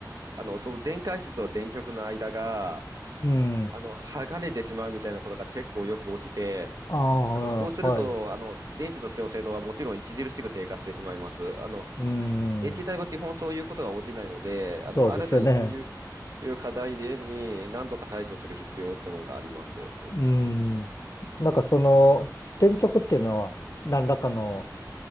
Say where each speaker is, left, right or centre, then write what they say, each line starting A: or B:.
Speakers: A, on the right; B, on the left.
A: あの、その電解質と電極の間が、
B: うん、
A: あの、剥がれてしまうみたいなことが結構よく起きて、
B: あ
A: あの、こうすると、
B: あ、はい、
A: あの、電池としての精度はもちろん著しく低下してしまいます。あの、
B: うん、
A: 液体は基本そういうことが起きないので、あの、
B: そうですよね。
A: 新たにそういう、いう課題に何度か対処する必要ってもんがあります。
B: うん、なんかその、電極っていうのは何らかの